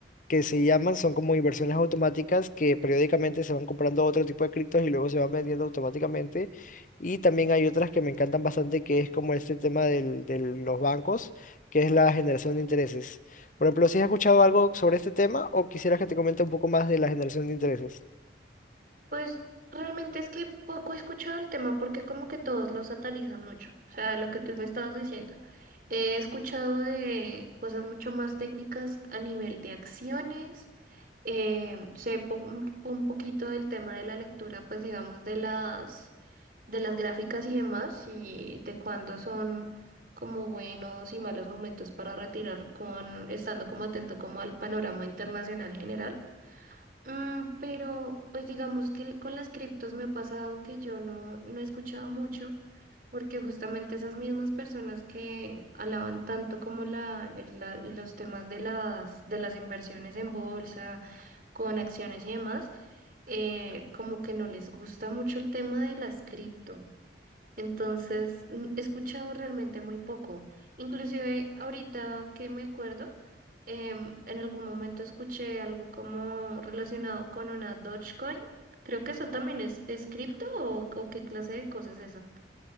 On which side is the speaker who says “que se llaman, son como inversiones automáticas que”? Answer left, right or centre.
Left